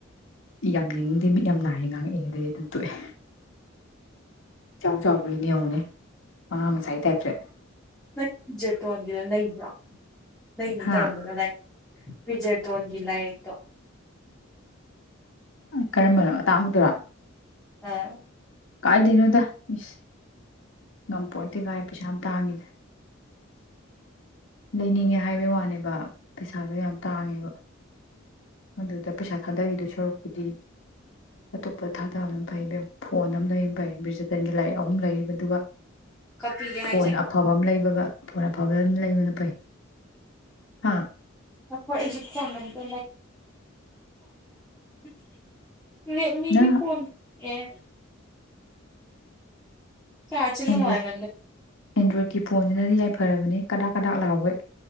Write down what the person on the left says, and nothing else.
ꯌꯥꯝ ꯌꯦꯅꯤꯡ ꯗꯦ ꯃꯤꯠ ꯌꯥꯝ ꯅꯥꯏꯌꯦ ꯉꯥꯡꯉꯛꯏꯦ ꯑꯗꯩ ꯑꯗꯨꯝ ꯇꯣꯛꯑꯦ ꯏꯆꯥꯎꯒꯩꯅꯤ ꯌꯦꯡꯎꯅꯦ ꯑꯉꯥꯡ ꯃꯆꯥꯏ ꯇꯥꯏꯞꯇ
ꯍꯥ
ꯀꯔꯝꯕꯅꯣ ꯑꯇꯥꯡꯕꯗꯨꯔꯣ
ꯀꯥꯏꯗꯩꯩꯅꯣꯗ ꯏꯁ ꯉꯝꯄꯣꯟꯇꯦ ꯀꯥꯏꯗꯩꯩ ꯄꯩꯁꯥ ꯌꯥꯝ ꯇꯥꯡꯏ ꯂꯩꯅꯤꯡꯉꯦ ꯍꯥꯏꯕꯩ ꯋꯥꯅꯦꯕ ꯄꯩꯁꯥꯗꯣ ꯌꯥꯝ ꯇꯥꯡꯉꯦꯕ ꯑꯗꯨꯗ ꯄꯩꯁꯥ ꯊꯥꯗꯈꯤꯗꯣꯏ ꯁꯔꯨꯛꯄꯨꯗꯤ ꯑꯇꯣꯞꯄ ꯊꯥꯗꯕ ꯑꯃ ꯐꯩ ꯏꯕꯦꯝꯃ ꯐꯣꯟ ꯑꯃ ꯂꯩ ꯐꯩ ꯕꯤ꯭ꯔꯖꯇꯟꯒꯤ ꯂꯥꯏꯔꯤꯛ ꯑꯍꯨꯝ ꯂꯩꯒꯤꯕ ꯑꯗꯨꯒ
ꯐꯣꯟ ꯑꯐꯕ ꯑꯃ ꯂꯩ ꯑꯗꯨꯒ ꯐꯣꯟ ꯑꯐꯕ ꯂꯩꯕꯅ ꯐꯩ ꯍꯥ
ꯅꯪ
ꯑꯦꯟꯗ꯭ꯔꯣꯏꯗ ꯑꯦꯟꯗ꯭ꯔꯣꯏꯗꯀꯤ ꯐꯣꯟꯁꯤꯅꯗꯤ ꯌꯥꯏꯐꯔꯕꯅꯦ ꯀꯗꯥꯛ ꯀꯗꯥꯛ ꯂꯥꯎꯒꯩ